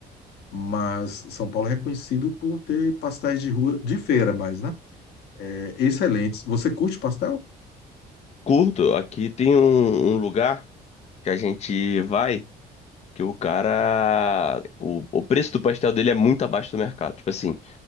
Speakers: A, on the left; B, on the left.
A: Mas São Paulo é reconhecido por ter pastéis de rua de feira, mais, né? É, excelentes. Você curte pastel?
B: Curto, aqui tem um, um lugar que a gente vai que o cara. O, o preço do pastel dele é muito abaixo do mercado. Tipo assim,